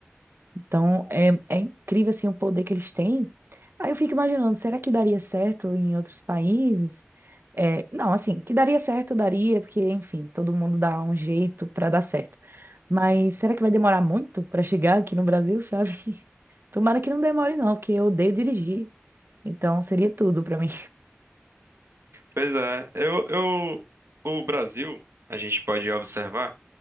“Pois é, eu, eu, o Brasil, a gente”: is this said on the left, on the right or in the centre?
Right